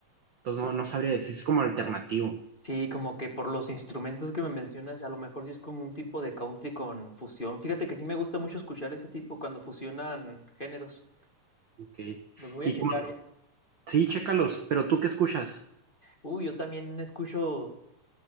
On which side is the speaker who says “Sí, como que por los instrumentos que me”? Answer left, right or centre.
Left